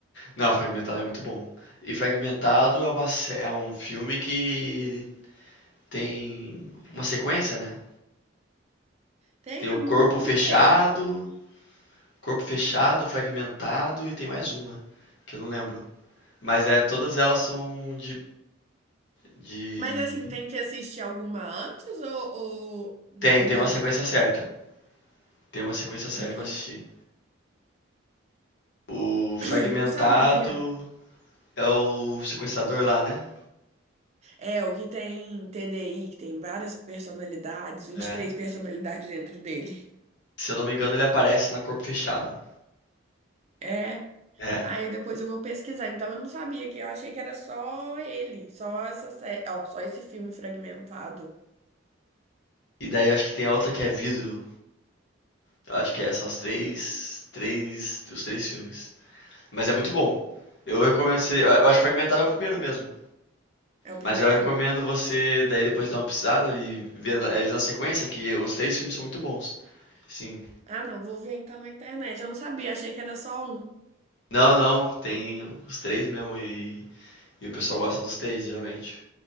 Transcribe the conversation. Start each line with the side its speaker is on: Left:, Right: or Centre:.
Left: Não, Fragmentado é muito bom. E Fragmentado é uma, sé- é um filme que ele tem uma sequência, né?
Right: Tem,
Left: Tem o
Right: eu
Left: corpo
Right: não,
Left: fechado,
Right: não sei.
Left: corpo fechado, fragmentado e tem mais uma, que eu não lembro. Mas é, todas elas são de, de...
Right: Mas assim, tem que assistir alguma antes ou, ou,
Left: Tem,
Right: ou
Left: tem
Right: não?
Left: uma sequência certa. Tem uma sequência certa
Right: Ah,
Left: pra assistir. O fragmentado
Right: <clears throat> não sabia.
Left: é o sequestrador lá, né?
Right: É, o que tem T D I, que tem várias personalidades, vinte
Left: É.
Right: e três personalidades dentro dele.
Left: Se eu não me engano, ele aparece na corpo fechado.
Right: É.
Left: É.
Right: Aí depois eu vou pesquisar. Então eu não sabia que eu achei que era só ele, só essa série, ó, só esse filme fragmentado.
Left: E daí acho que tem a outra que é vidro. Eu acho que é, são as três, três, os três filmes. Mas é muito bom. Eu recomendo, esse- eu acho que fragmentado é o primeiro mesmo.
Right: É o
Left: Mas
Right: primeiro?
Left: eu recomendo você daí depois dar uma pesquisada e ver eles na sequência, que os três filmes são muito bons. Sim.
Right: Ah, não, vou ver então na internet. Eu não sabia, achei que era só um.
Left: Não, não, tem os três mesmo e, e o pessoal gosta dos três, geralmente.